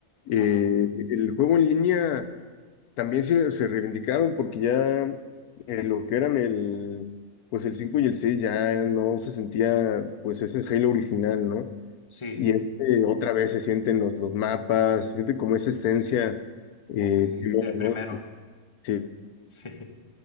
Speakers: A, on the left; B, on the left.
A: Eh,
B: ajá.
A: el juego en línea también se, se reivindicaron porque ya eh, lo que eran el, pues el 5 y el 6 ya no se sentía pues ese Halo original, ¿no?
B: Sí,
A: Y este, otra vez se sienten los, los mapas, se siente como esa esencia eh,
B: ok,
A: primera,
B: del
A: ¿no?
B: primero.
A: Sí.
B: <laughs> Sí,